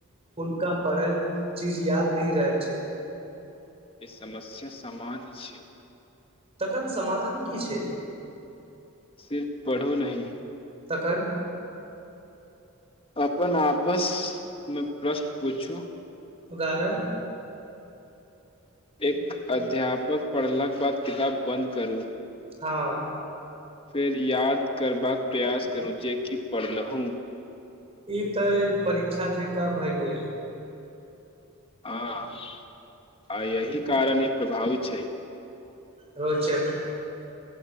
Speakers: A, on the right; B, on the left.
A: हुनका पढ़ल चिज याद नहि रहै छै
B: ई समस्या समान छै
A: तखन समाधान की छै
B: सिर्फ पढ़ू नहि
A: तखन
B: अपन आपसमे प्रश्न पूछू
A: उदाहरण
B: एक अध्यापक पढ़लाक बाद किताब बन्द करू
A: हँ
B: फेर याद करबाक प्रयास करू जेे कि पढ़लहु
A: ई तऽ ई परीक्षा जेकाँ भय गेल
B: हँ आ यही कारण ई प्रभावित छै
A: रोचक